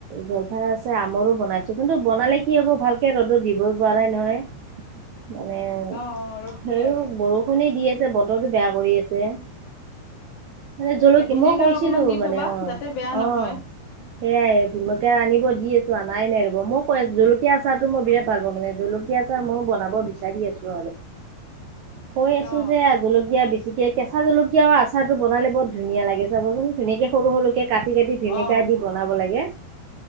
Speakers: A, on the right (about 80°); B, on the left (about 55°).
A: জলফাই আছে আমৰো বনাইছো কিন্তু বনালে কি হব ভালকে ৰ'দত দিব ৰ'দ হোৱা নাই নহয় মানে
B: অ অ ৰ'দটো
A: সেই
B: লাগে
A: বৰষুণে দি আছে। বতৰটো বেয়া কৰি আছে মানে জলকীয়া,
B: তাকে ভিনেগাৰ
A: মই কৈছিলো
B: অকমান দি
A: মানে
B: থবা
A: অ',
B: যাতে বেয়া
A: অ',
B: নহয়
A: সেয়াই জলকীয়া আনিব দি আছোঁ আনাই নাই ৰ'ব, মই কৈ আছোঁ জলকীয়া আচাৰ টো মই বিৰাত পাৰ ব' মানে জলকীয়া চাৰ মইও বনাব বিচাৰি আছোঁ আৰু। কৈ আছোঁ
B: অ
A: যে জলকীয়া বেছিকে, কেঁচা জলকীয়াৰ আচাৰটো বনালে বহুত ধুনীয়া লাগে চাবচোন ধুনীয়াকে সৰু সৰুকে কাটি কাটি ভেমেকা
B: অ
A: দি বনাব লাগে।